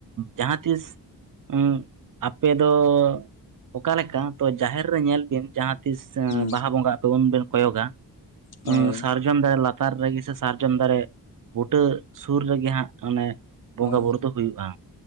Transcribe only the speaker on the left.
ᱦᱩᱸ
ᱦᱳᱭ
ᱦᱳᱭ